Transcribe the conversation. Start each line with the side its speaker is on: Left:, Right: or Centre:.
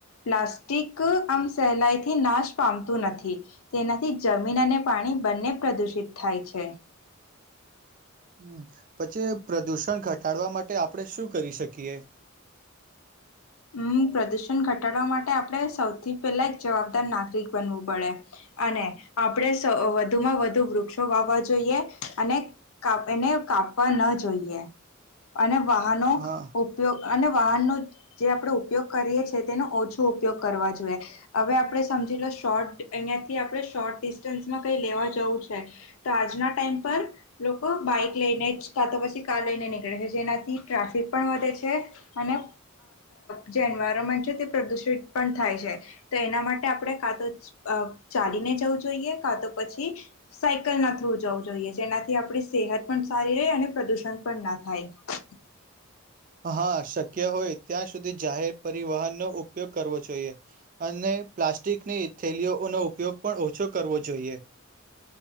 Left: પ્લાસ્ટિક આમ સહેલાઈથી નાશ પામતું નથી તેનાથી જમીન અને પાણી બંને પ્રદુષિત થાય છે.
Right: હમ્મ પછી પ્રદુષણ ઘટાડવા માટે આપણે શું કરી શકીએ?
Left: હમ્મ પ્રદુષણ ઘટાડવા માટે આપણે સૌથી પહેલા એક જવાબદાર નાગરિક બનવું પડે. અને આપણે વધુમાં વધુ વૃક્ષો વાવવા જોઈએ અને એને કાપવા ન જોઈએ, અને વાહનો
Right: હા
Left: ઉપયોગ અને વાહન ન જે આપણે ઉપયોગ કરીએ છીએ તેનો ઓછો ઉપયોગ કરવા જોઈએ. હવે આપણે સમજી લો શોર્ટ અહીયાયાથી આપણે શોર્ટ ડિસ્ટન્સમાં કઈ લેવા જવું છે તો, આજના ટાઈમ પર લોકો બાઈક લઈને જ કાર તો પછી કા લઈને નીકળે છે જેનાથી ટ્રાફિક પણ વધે છે. અને જે એન્વાયરમેન્ટ છે પ્રદૂષિત પણ થાય છે. તો એના માટે આપણે કાં તો ચાલીને જવું જોઈએ, કાં તો પછી સાયકલ ના થ્રુ જવું જોઈએ, જેનાથી આપણી સેહત પણ સારી રહે અને પ્રદુષણ પણ ના થાય.
Right: હા શક્ય હોય ત્યાં સુધી જાહેર પરિવહનનો ઉપયોગ કરવો જોઈએ. અને પ્લાસ્ટિકની થેલીઓનો ઉપયોગ પણ ઓછો કરવો જોઈએ.